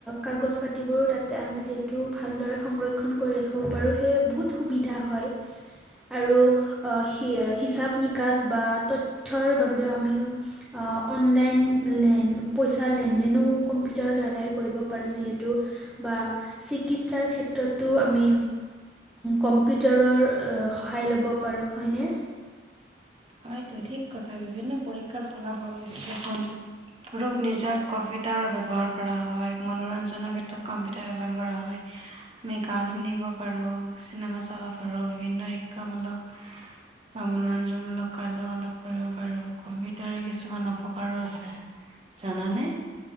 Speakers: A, in the centre; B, on the right.
A: কাগজ পাতিবোৰো তাতে আমি যিহেতু ভালদৰে সংৰক্ষণ কৰি ৰাখিব পাৰোঁ সেয়ে বহুত সুবিধা হয়। আৰু অ' হি- হিচাপ নিকাচ বা তথ্যৰ বাবেও আমি অ' অনলাইন লেন- পইচাৰ লেনদেনো কম্পিউটাৰৰ দ্বাৰাই কৰিব পাৰো যিহেতু বা চিকিৎসাৰ ক্ষেত <inaudible> আমি কম্পিউটাৰৰ সহায় ল'ব পাৰোঁ হয়নে?
B: হয়টো থিক কথা বিভিন্ন পৰীক্ষাৰ ফলাফল বিশ্লেষণ ৰোগ নিজাত কম্পিউটাৰ ব্যৱহাৰ কৰা হয়, মনোৰঞ্জনৰ ক্ষেত্ৰত কম্পিউটাৰ ব্যৱহাৰ কৰা হয়। আমি গান শুনিব পাৰোঁ, চিনেমা চাব পাৰোঁ, বিভিন্ন শিক্ষামূলক বা মনোৰঞ্জন মূলক কাৰ্যকলাপ কৰিব পাৰোঁ, কম্পিউটাৰ কিছুমান অপকাৰো আছে। জানানে?